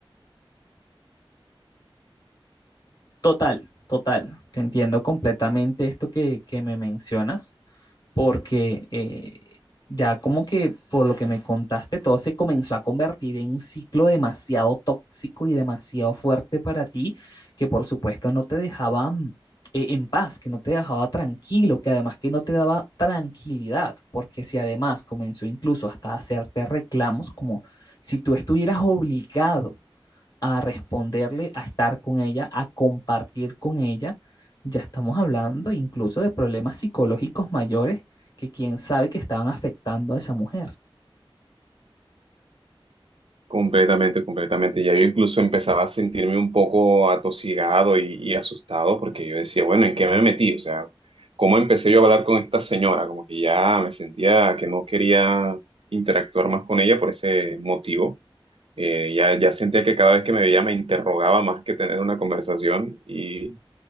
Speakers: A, on the left (about 45°); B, on the right (about 80°).
A: Total, total, te entiendo completamente esto que, que me mencionas. porque eh, ya como que por lo que me contaste, todo se comenzó a convertir en un ciclo demasiado tóxico y demasiado fuerte para ti, que por supuesto no te dejaba mm, eh, en paz, que no te dejaba tranquilo, que además que no te daba tranquilidad, porque si además comenzó incluso hasta a hacerte reclamos como si tú estuvieras obligado a responderle, a estar con ella, a compartir con ella, ya estamos hablando incluso de problemas psicológicos mayores que quién sabe que estaban afectando a esa mujer.
B: Completamente, completamente. Ya yo incluso empezaba a sentirme un poco atosigado y, y asustado porque yo decía, bueno, ¿en qué me metí? O sea, ¿cómo empecé yo a hablar con esta señora? Como que ya me sentía que no quería interactuar más con ella por ese motivo. Eh, ya, ya sentía que cada vez que me veía me interrogaba más que tener una conversación y